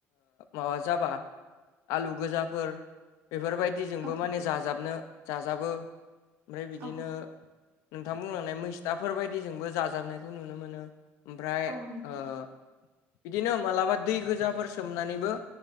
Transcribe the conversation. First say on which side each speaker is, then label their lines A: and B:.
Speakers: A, on the left (about 80°); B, on the right (about 45°).
A: माबा जाबा आलु गोजाफोर बेफोरबायदिजोंबो
B: औ
A: माने जाजाबनो जाजाबो ओमफ्राय बिदिनो
B: औ
A: नोंथां बुंलांनाय मैस्थाफोर बायदि जोंबो जाजाबनायखौ नुनो मोनो। ओमफ्राय
B: औ नोंथां
A: बिदिनो मालाबा दै गोजाफोर सोमनानैबो